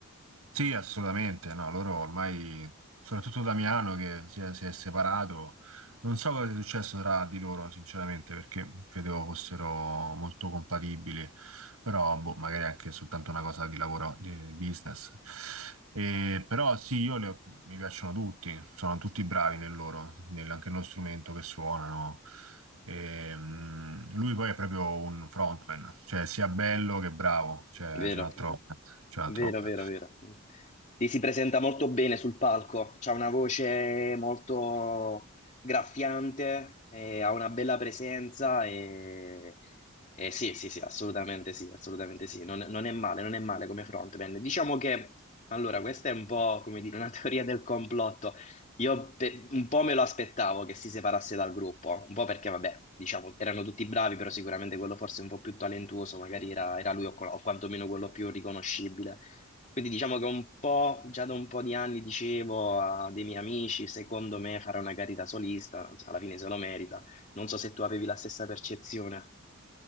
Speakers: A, on the right; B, on the left.
A: Sì, assolutamente, no, loro ormai, soprattutto Damiano che si è, si è separato, non so cosa sia successo tra di loro, sinceramente, perché credevo fossero molto compatibili, però boh, magari anche soltanto una cosa di lavoro, di business. E, però sì, io le ho- mi piacciono tutti, sono tutti bravi nel loro, nel- anche nello strumento che suonano. E, mm, lui poi è proprio un frontman, cioè sia bello che bravo, cioè,
B: Vero,
A: ce l'ha troppo, ce l'ha
B: vero,
A: troppo.
B: vero, vero. Sì, si presenta molto bene sul palco, ha una voce molto graffiante, eh, ha una bella presenza e, e sì, sì, sì, assolutamente sì, assolutamente sì. Non, non è male, non è male come frontman. Diciamo che, allora, questa è un po', come dire, una <laughs> teoria del complotto Io pe- un po' me lo aspettavo che si separasse dal gruppo, un po' perché, vabbè, diciamo, erano tutti bravi, però sicuramente quello forse un po' più talentuoso, magari era, era lui o, co- o quantomeno quello più riconoscibile. Quindi diciamo che un po', già da un po' di anni dicevo a dei miei amici, secondo me fare una carriera solista, alla fine se lo merita. Non so se tu avevi la stessa percezione.